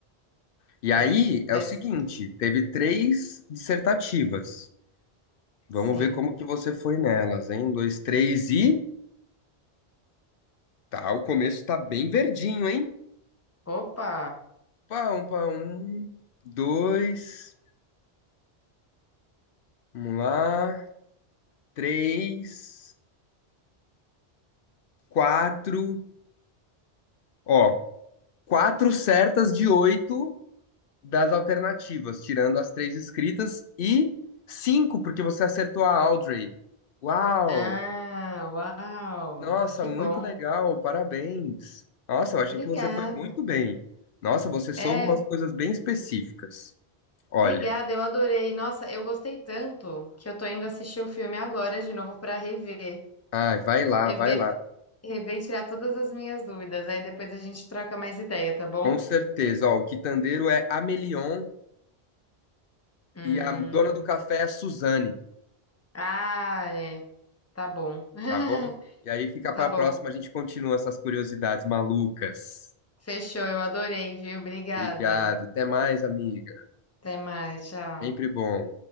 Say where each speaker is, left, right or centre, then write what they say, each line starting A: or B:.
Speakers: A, on the left; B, on the left.
A: E aí
B: É, mas
A: é o seguinte: teve três dissertativas. Vamos
B: sim.
A: ver como que você foi nelas, hein? Um, dois, três e. Tá, o começo tá bem verdinho, hein?
B: Opa!
A: Pá, um, pá, um, dois, vamos lá, três, quatro. Ó, quatro certas de oito das alternativas, tirando as três escritas, e cinco, porque você acertou a Audrey. Uau!
B: Ah, uau!
A: Nossa,
B: Que
A: muito
B: bom.
A: legal, parabéns. Nossa, eu achei
B: Obrigada.
A: que você foi muito bem. Nossa, você soube
B: É,
A: umas coisas bem específicas. Olha,
B: Obrigada, eu adorei. Nossa, eu gostei tanto que eu tô indo assistir o filme agora de novo pra rever.
A: ai, vai lá,
B: Rever,
A: vai lá.
B: rever e tirar todas as minhas dúvidas. Aí depois a gente troca mais ideia, tá bom?
A: Com certeza. Ó, o quitandeiro é Amelion
B: Hum.
A: e a dona do café é a Suzane,
B: Ah, é. Tá bom. <laughs>
A: tá bom? E aí fica
B: Tá
A: para
B: bom.
A: a próxima, a gente continua essas curiosidades malucas.
B: Fechou, eu adorei, viu? Obrigada.
A: Obrigado. Até mais, amiga.
B: Até mais, tchau.
A: Sempre bom.